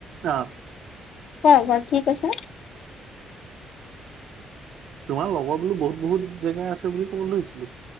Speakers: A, on the right; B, on the left.
A: অ।
B: কোৱা কোৱা কি কৈছে।
A: তোমাৰ লগত বোলো বহুত বহুত জেগাৰ আছে বুলি ক'ব লৈছিলো।